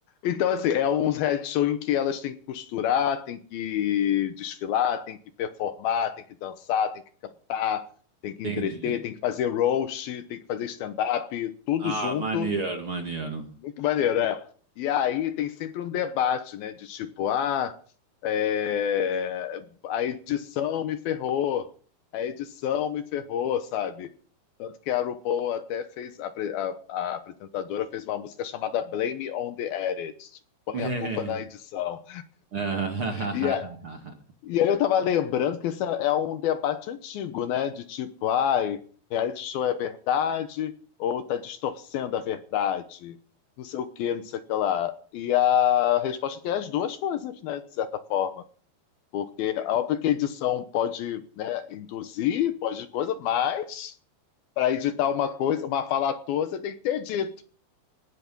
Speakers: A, on the left (about 70°); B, on the right (about 40°).
A: Então, assim, é uns reality show em que elas têm que costurar, têm que desfilar, têm que performar, têm que dançar, têm que cantar, têm que
B: entendi.
A: entreter, têm que fazer roast, têm que fazer stand-up, tudo
B: Ah,
A: junto
B: maneiro, maneiro.
A: muito maneiro, é. E aí tem sempre um debate, né? De tipo, ah, é, a edição me ferrou, a edição me ferrou, sabe? Tanto que a RuPaul até fez, a, pre- a- a apresentadora fez uma música chamada Blame on the Edit, tipo, põe
B: É,
A: a culpa na edição.
B: é, <laughs>
A: E e aí eu tava lembrando que esse é é um debate antigo, né? De tipo, ai, reality show é verdade ou tá distorcendo a verdade? Não sei o que, não sei o que lá. E a resposta é que é as duas coisas, né? De certa forma. Porque é óbvio que a edição pode, né, induzir, pode coisa, mas para editar uma coisa, uma fala à toa, você tem que ter dito.